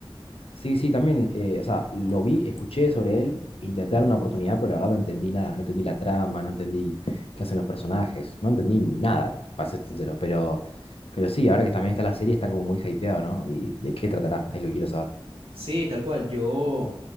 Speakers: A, on the left; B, on the right.
A: Sí, sí, también, eh, o sea, lo vi, escuché sobre él, intenté dar una oportunidad, pero la verdad no entendí nada, no entendí la trama, no entendí qué hacen los personajes, no entendí nada, para ser sincero, pero, pero sí, ahora que también está la serie, está como muy hypeado, ¿no? ¿Y de qué tratará? Es lo que quiero saber.
B: Sí, tal cual. Yo